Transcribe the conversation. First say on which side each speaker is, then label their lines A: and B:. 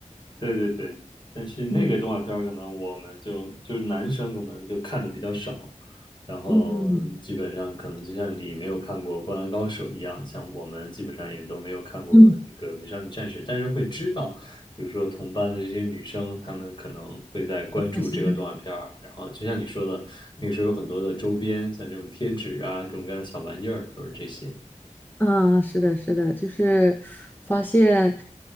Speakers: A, on the left (about 35°); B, on the left (about 15°).
A: 对对对，但是那个动画片儿可能我们就就是男生可能就看的比较少，
B: 嗯
A: 然后基本上可能就像你没有看过《灌篮高手》一样，
B: 嗯
A: 像我们基本上也都没有看过这个《美少女战士》，
B: 嗯，
A: 但是会知道，比如说同班的这些女生，她们可能会在关注这个动画片儿，
B: 我会喜欢看。
A: 然后就像你说的，那个时候有很多的周边，像这种贴纸啊，各种各样的小玩意儿，都是这些。
B: 嗯，是的，是的，就是发现